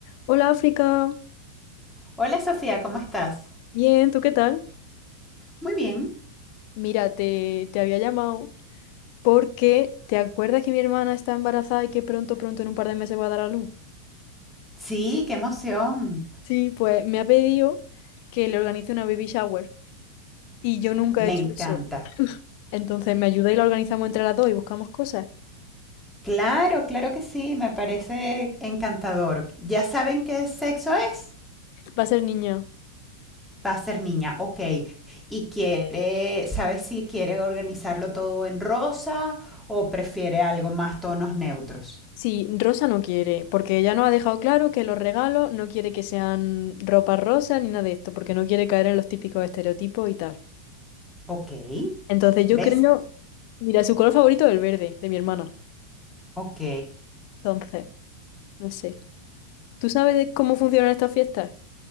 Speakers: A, on the left; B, in the centre.
A: Hola África,
B: Hola Sofía, ¿cómo estás?
A: bien, ¿tú qué tal?
B: Muy bien.
A: Mira, te, te había llamado porque ¿te acuerdas que mi hermana está embarazada y que pronto, pronto, en un par de meses va a dar a luz?
B: Sí, qué emoción.
A: Sí, pues me ha pedido que le organice una baby shower y yo nunca
B: Me
A: he hecho
B: encanta.
A: eso. Entonces me ayuda y la organizamos entre las dos y buscamos cosas.
B: Claro, claro que sí, me parece encantador. ¿Ya saben qué sexo es?
A: Va a ser niña.
B: Va a ser niña, ok. ¿Y quiere, sabes si quiere organizarlo todo en rosa o prefiere algo más tonos neutros?
A: Sí, Rosa no quiere, porque ella nos ha dejado claro que los regalos no quiere que sean ropa rosa ni nada de esto, porque no quiere caer en los típicos estereotipos y tal.
B: Ok,
A: Entonces yo
B: ¿ves?
A: creo, mira, su color favorito es el verde, de mi hermana.
B: Ok.
A: Entonces, no sé. ¿Tú sabes de cómo funcionan estas fiestas?